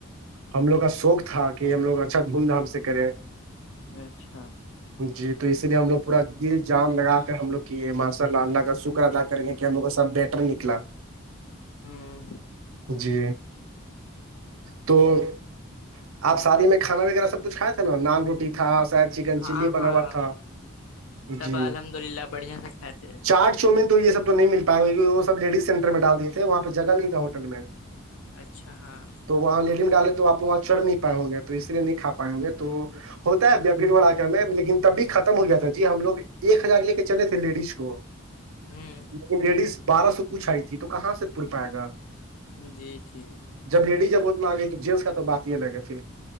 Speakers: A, on the right; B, on the left.
A: ہم لوگ کا شوق تھا کہ ہم لوگ اچھا دھوم دھام سے کریں
B: اچھا
A: جی تو اس لیے ہم لوگ پورا دل جان لگا کر ہم لوگ کیے ماشاء اللہ اللہ کا شکر ادا کریںے کہ ہموگ کا سب بیٹر نکلا
B: ہاں
A: جی تو آپ شادی میں کھانا وغیرہ سب کچھ کھائے تھ تھا نا نان روٹی تھا شاید چکن
B: ہاں
A: چلی بنا
B: ہاں
A: ہوا تھا
B: سب
A: جی
B: الحمد للہ بڑھیا سے کھاتے ہیں۔
A: چاٹ چومین تو یہ سب تو نہیں مل پائے گا وہ سب لیڈیز سینٹر میں ڈال دیے تھے وہاں پہ جگہ نہیں تھا ہوٹل میں
B: اچھا ہاں
A: تو وہاں لیڈی نکالے تو آپ وہاں چڑھ نہیں پاائے ہوں گے تو اس لیے نہیں کا پائیں گے تو ہوتا ہے بھیڑ بھڑا کر میں لیکن تب بھی ختم ہو گیا تھا جی ہم لو ایک ہزار لے کے چلے تھے لیڈیز کو <inaudible>
B: ہوں
A: لیکن لیڈیز بارہ سو کچھ آئی تھی تو کہاں سے پ پائے گا
B: جی ٹھیک
A: جب لیڈی جبت م آگئی تو جینس کا تو بات یہ لگےا پھر